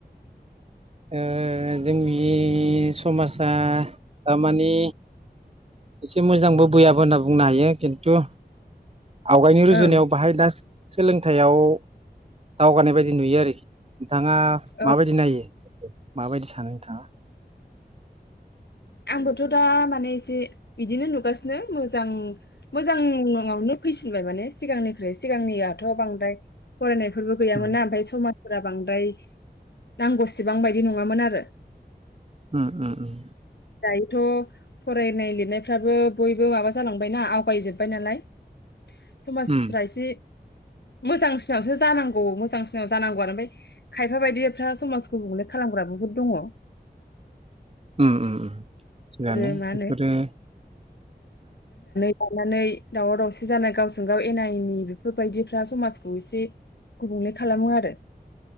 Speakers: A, on the right (about 35°); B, on the left (about 80°).
A: ओ जोंनि समाजा थारमानि एसे मोजांबो बैयाबो होनना बुंनो हायो खिन्थु। आवगायनि रुजुनायाव
B: ओं
A: बाहाय दा सोलोंथाइयाव दावगानाय बायदि नुयो आरोखि नोंथाङा
B: ओं
A: माबायदि नायो माबायदि सानो नोंथाङा?
B: आंबोथ' दा माने एसे बिदिनो नुगासिनो मोजां मोजांआवनो फैसिनबाय माने सिगांनिख्रु सिगांनियाथ' बांद्राय फरायनाय। फोरबो गैयामोना
A: उम
B: ओमफ्राय समा फोरा बांद्राय नांगौसेबां बायदि नङामोन आरो
A: उम उम उम
B: दायोथ' फरायनाय लिरनायफ्राबो बयबो माबा जालांबायना आवगायजोबबाय नालाय समासफोरा
A: उम
B: एसे मोजांसिनावसो जानांगौ मोजांसिनाव जानांगौ आरो ओमफाय खायफा बायदिफ्रा समाजखौ गुबुंले खालामग्रा बुहुद दङ।
A: उम उम थिगनो
B: आरो मा
A: बेफोरो
B: होनो लानानै दावराव दावसि जानाय गावजों गाव एना एनि बेफोरबायदिफ्रा समाजखौ एसे गुबुंले खालामो आरो